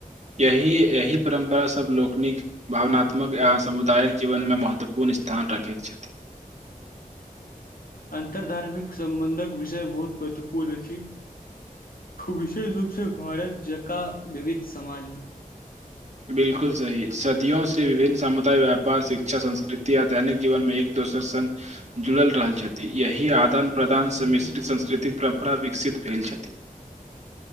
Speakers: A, on the right; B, on the left.
A: यहि एहि परम्परा सभ लोकनिक भावनात्मक आ समुदायक जीवनमे महत्वपूर्ण स्थान राखैत छथि।
B: अन्तर धार्मिक सम्बन्धक विषय बहुत महत्वपूर्ण अछि, विशेष रूप से भारत जंका विविध समाजमे
A: बिलकुल सही सदियोंसे विभिन्न सामुदाय व्यापार, शिक्षा, संस्कृति आ दैनिक जीवनमे एक दोसर सङ्ग जुड़ल रहल छथि यही आदान प्रदानसँ मिश्रित सांस्कृतिक परम्परा विकसित भेल छथि।